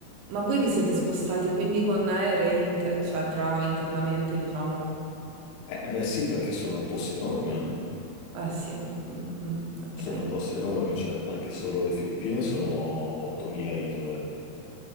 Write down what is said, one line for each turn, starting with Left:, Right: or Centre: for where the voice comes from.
Right: Ma voi vi siete spostati quindi con aerei, inter- cioè tra internamente, diciamo?
Left: Eh, beh, sì, perché sono posti enormi, eh.
Right: Eh sì, Mm, mm, ok.
Left: Sono posti enormi, cioè anche solo le Filippine sono 8.000 isole